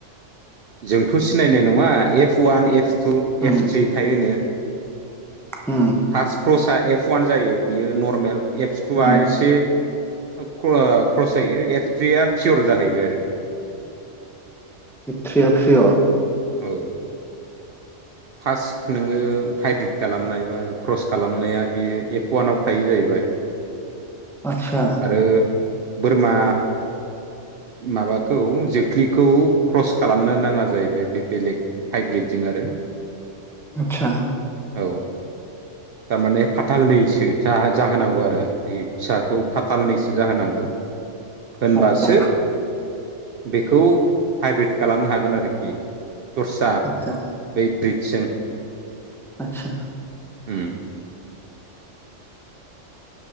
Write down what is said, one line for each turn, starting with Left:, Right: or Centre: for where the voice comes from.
Right: जोंथ' सिनायनाय नङा एफ अवान F two
Centre: um
Right: F three थायो होनो।
Centre: उम
Right: फार्स्ट क्रसआ एफ अवान जायो बियो नरमेल एफस टुआ
Centre: उम
Right: एसे क्रस जायो एफ थ्रिया पियर जाहैबाय आरोखि
Centre: बे थ्रिया प्रियर
Right: औ फार्स्ट नोङो हाइब्रिद खालामनाय बा क्रस खालामनाया बियो एफ अवानाव थायो जाहैबाय।
Centre: आतसा
Right: आरो बोरमा माबाखौ जोख्लिखौ क्रस खालामनो नाङा जाहैबाय बे बेलेग। हाइब्रिदजों आरो
Centre: आतसा
Right: औ थारमाने फाथालनैसो जाहोनांगौ आरो बे फिसाखौ फाथालनैसो जाहोनांगौ। होनबासो
Centre: आतसा
Right: बेखौ हाइब्रिद खालामनो हागोन आरोखि दरसा
Centre: आतसा
Right: बे ब्रिजजों
Centre: आतसा
Right: उम